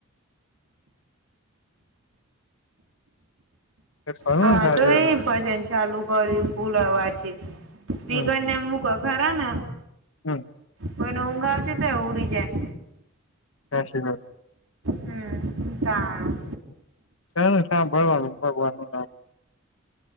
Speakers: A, on the left; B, on the right.
A: પડે ખરું
B: હા
A: ને સારી
B: તો એ ભજન ચાલુ કર્યું પુલાવા છે. સ્પીકર
A: હમ
B: ને મૂક ખરા ને.
A: હમ
B: કોઈને ઊંઘ આવતી તો ઉડી જાય.
A: <unintelligible>
B: હમ્મ તાણ
A: <unintelligible> સાંભળવાનું <unintelligible>